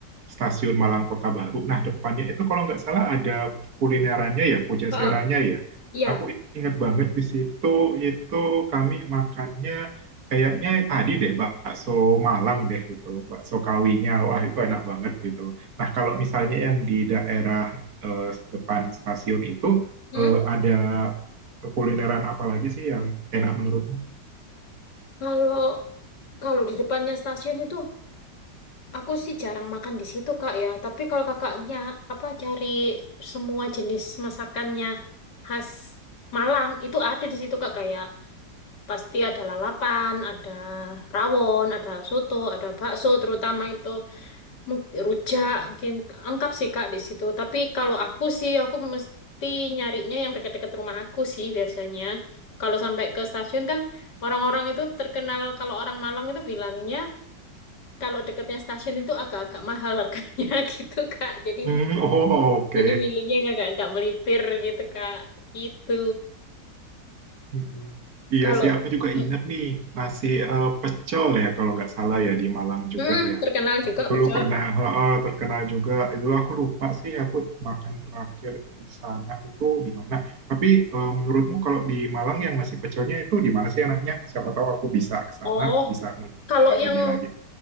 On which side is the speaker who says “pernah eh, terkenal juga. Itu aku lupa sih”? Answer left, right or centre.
Right